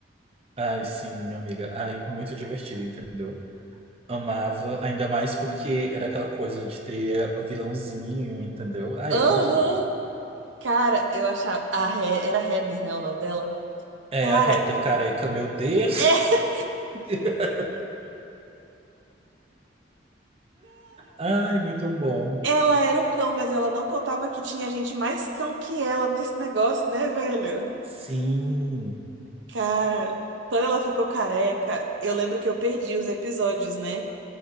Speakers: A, on the right; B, on the right.
A: Ai, sim, amiga. Ai, muito divertido, entendeu? Amava, ainda mais porque era aquela coisa de ter o vilãozinho, entendeu? Ai,
B: Aham!
A: era muito bom.
B: Cara, eu achava. A He- era Heather, né, o nome dela?
A: É,
B: Cara,
A: a Heather careca, meu Deus.
B: É,
A: <laughs> Ai, muito bom.
B: Ela era o cão, mas ela não contava que tinha gente mais cão que ela nesse negócio, né, velho?
A: Sim.
B: Cara, quando ela ficou careca, eu lembro que eu perdi os episódios, né?